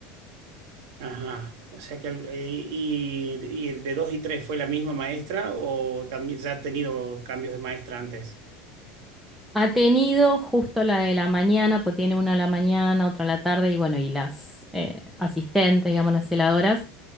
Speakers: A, on the right (about 75°); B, in the centre.
A: Ajá. O sea que, el- eh, y, y el de 2 y 3 fue la misma maestra, o también ya ha tenido cambios de maestra antes.
B: Ha tenido justo la de la mañana, pues tiene una a la mañana, otra a la tarde y bueno, y las eh, asistentes, digamos, las celadoras.